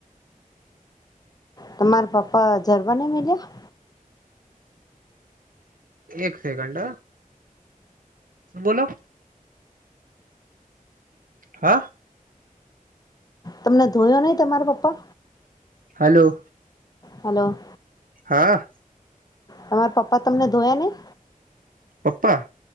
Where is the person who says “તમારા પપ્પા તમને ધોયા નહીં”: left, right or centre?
Left